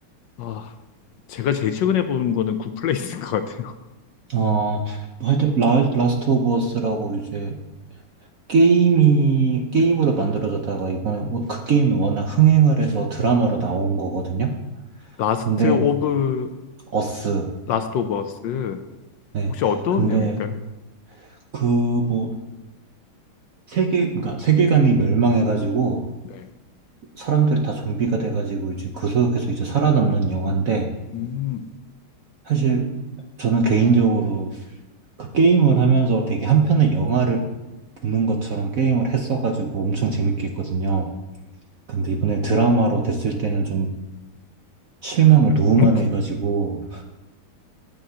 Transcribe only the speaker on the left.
아 제가 제일 최근에 본 거는 굿플레이스인 것 같아요.
<laughs> 라스트
오브
라스트 오브 어스
혹시 어떤
내용일까요?
네.
음.
<laughs>